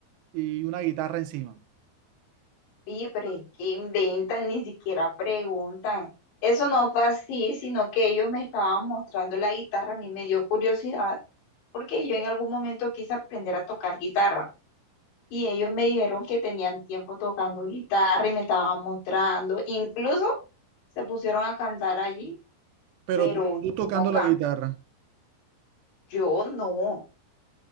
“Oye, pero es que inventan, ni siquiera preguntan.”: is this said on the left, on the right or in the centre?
Left